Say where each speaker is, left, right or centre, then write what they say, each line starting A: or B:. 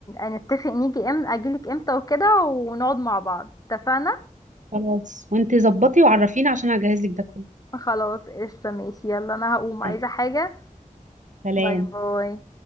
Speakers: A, on the left; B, on the right.
A: نتفق نيجي ام اجيلك امتى وكده ونقعد مع بعض اتفقنا
B: خلاص وانت ظبطي وعرفيني عشان هجهز لك ده كله
A: خلاص قشطة ماشي يلا انا هقوم
B: تمام
A: عايزة حاجة
B: سلام
A: باي باي